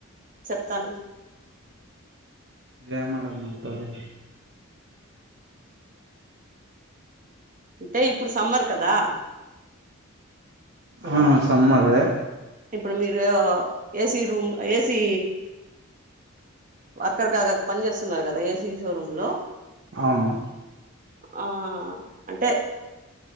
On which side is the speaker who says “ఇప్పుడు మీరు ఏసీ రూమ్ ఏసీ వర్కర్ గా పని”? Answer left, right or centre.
Right